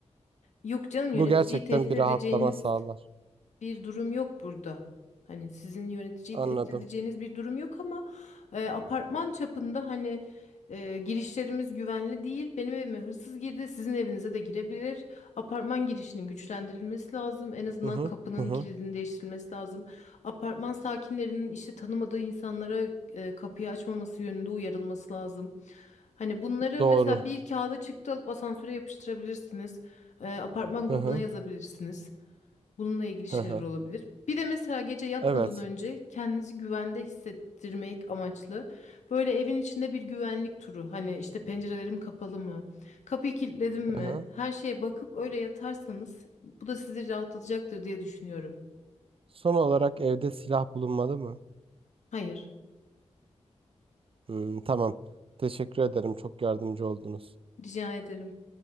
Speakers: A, on the left; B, on the right.
A: Yok canım yöneticiyi
B: Bu gerçekten
A: tehdit
B: bir
A: edeceğiniz
B: rahatlama sağlar.
A: bir durum yok burada. Hani sizin yöneticiyi
B: Anladım.
A: tehdit edeceğiniz bir durum yok ama e, apartman çapında hani e, girişlerimiz güvenli değil. Benim evime hırsız girdi, sizin evinize de girebilir. Apartman girişinin güçlendirilmesi lazım. En azından
B: Hı hı.
A: kapının
B: Hı hı.
A: kilidini değiştirilmesi lazım. Apartman sakinlerinin işte tanımadığı insanlara e, kapıyı açmaması yönünde uyarılması lazım. Hani bunları
B: Doğru.
A: mesela bir kağıda çıktı alıp asansöre yapıştırabilirsiniz. E, apartman
B: Hı
A: grubuna
B: hı.
A: yazabilirsiniz. Bununla ilgili
B: Hı
A: şeyler
B: hı.
A: olabilir. Bir de mesela gece yatmadan
B: Evet.
A: önce kendinizi güvende hissettirmek amaçlı böyle evin içinde bir güvenlik turu. Hani işte pencerelerim kapalı mı? Kapıyı kilitledim mi?
B: Hı hı.
A: Her şeye bakıp öyle yatarsanız bu da sizi rahatlatacaktır diye düşünüyorum.
B: Son olarak evde silah bulunmadı mı?
A: Hayır,
B: Hmm, tamam. Teşekkür ederim. Çok yardımcı oldunuz.
A: rica ederim.